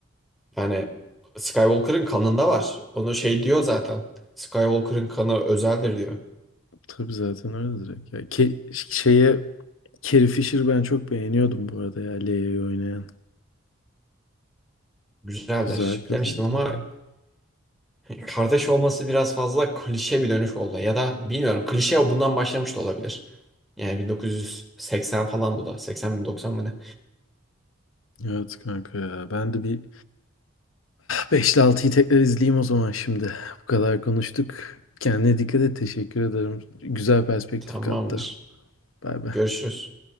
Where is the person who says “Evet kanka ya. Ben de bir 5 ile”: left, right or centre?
Left